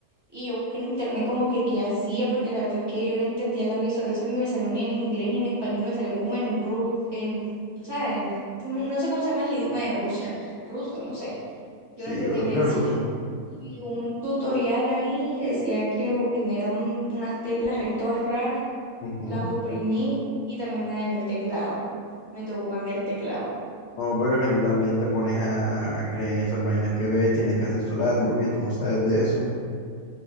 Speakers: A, on the right (about 20°); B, on the left (about 80°).
A: Y yo busqué en internet como que qué hacía, porque la verdad es que yo no entendía el aviso, el aviso ni me salió ni en inglés ni en español, me salió como en ruso, en, o sea, en- no sé cómo se llama el idioma de Rusia, ruso, no sé,
B: Sí,
A: yo no entendía
B: yo creo
A: qué
B: que
A: decía.
B: es ruso.
A: Y un tutorial ahí decía que oprimiera eran unas teclas ahí todas raras,
B: Ujú.
A: las oprimí y también me dañó el teclado, me tocó cambiar el teclado.
B: No, pero es que tú también te pones a, a creer en esas vainas que ves, tienes que asesorarte porque tú no sabes de eso.